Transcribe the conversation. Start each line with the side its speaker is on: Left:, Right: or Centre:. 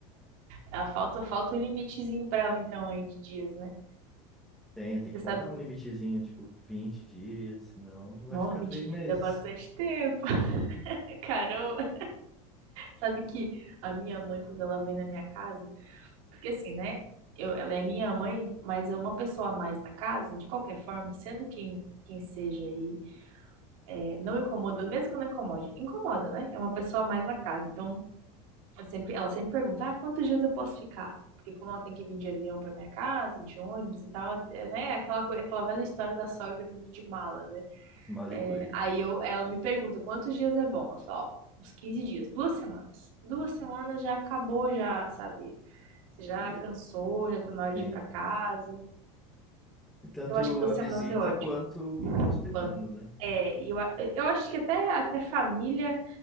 Right: ela falta, falta um limitezinho pra ela então aí de dias, né?
Centre: Tem, tem
Right: Você
Centre: que
Right: sabe,
Centre: botar um limitezinho, tipo 20 dias, senão vai
Right: 9,
Centre: ficar
Right: 20
Centre: três meses.
Right: dias é bastante tempo. Caramba, sabe que a minha mãe, quando ela vem na minha casa, porque assim, né? Eu, ela é minha mãe, mas é uma pessoa a mais na casa, de qualquer forma, sendo quem, quem seja aí, é, não incomoda, mesmo que não incomode, incomoda, né? É uma pessoa a mais na casa. Então, eu sempre, ela sempre pergunta, ah, quantos dias eu posso ficar? Porque como ela tem que vir de avião para minha casa, de ônibus e tal, é, né? Aquela, coi- aquela velha história da sogra vindo de mala, né?
Centre: Malicuia.
Right: É, aí eu, ela me pergunta quantos dias é bom. Eu falo, ó, uns 15 dias, duas semanas. Duas semanas já acabou, já, sabe? Você já
Centre: É,
Right: cansou, já tá na
Centre: Sim.
Right: hora de ir pra casa.
Centre: Tanto
Right: Então acho que duas
Centre: a visita
Right: semanas é ótimo.
Centre: quanto quem tá hospedando,
Right: Quando
Centre: né?
Right: é, e eu, a- eu acho que até, até família,